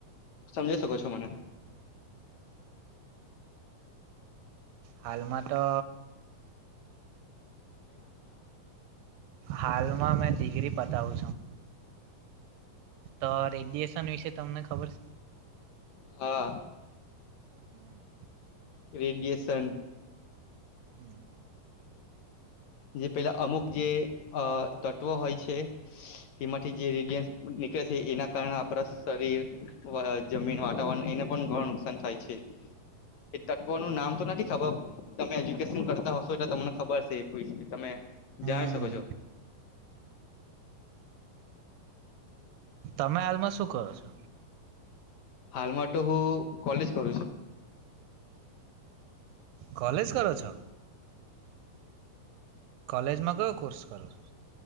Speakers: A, on the left (about 65°); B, on the right (about 80°).
A: સમજી શકો છો મને
B: હાલમાં તો હાલમાં મેં ડિગ્રી બતાવુ તો રેડિએશન વિશે તમને ખબર છે
A: હા
B: હુમ
A: રેડિયેશન
B: હુમ
A: જે પેલા અમુક જે તત્વો હોય છે તેમાંથી જે જે પેલા અમુકતતવો રેડયસ નીકળે છે એના કારણે આપણા શરીર જમીન વાતાવરણ એને પણ ઘણું નુકસાન થાય છે એ તત્વો નું નામ તો નથી ખબર તમે એજ્યુકેશન કરતા હશો એટલે તમને ખબર હસે શ તમે <inaudible> <unintelligible>
B: હમ
A: <inaudible> <inaudible> જણી શકો છો
B: તમે હાલમાં શું કરો છો
A: હાલમાં તો હું કોલેજ કરું છું
B: કોલેજ કરો છો કોલેજ માં કયો કોર્સ કલ <inaudible> <inaudible>